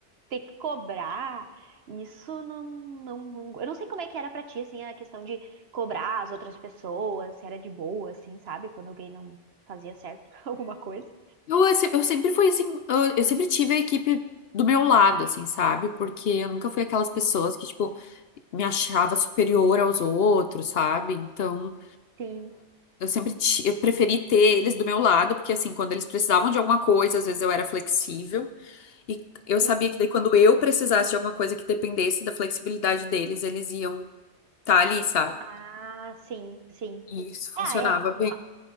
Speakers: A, on the right; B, on the left.
A: ter que cobrar, isso não, não, não- eu não sei como é que era pra ti, assim, a questão de cobrar as outras pessoas, se era de boa, assim, sabe? Quando alguém não fazia certo <laughs> alguma coisa.
B: Eu, eu se- eu sempre fui assim, eu, eu sempre tive a equipe do meu lado, assim, sabe? Porque eu nunca fui aquelas pessoas que, tipo, me achava superior aos outros, sabe? Então,
A: Sim,
B: eu sempre ti- eu preferi ter eles do meu lado, porque assim, quando eles precisavam de alguma coisa, às vezes eu era flexível, e eu sabia
A: sim.
B: que daí quando eu precisasse de alguma coisa que dependesse da flexibilidade deles, eles iam estar ali, sabe?
A: Ah, sim, sim.
B: E isso funcionava
A: Ah, é. Uma,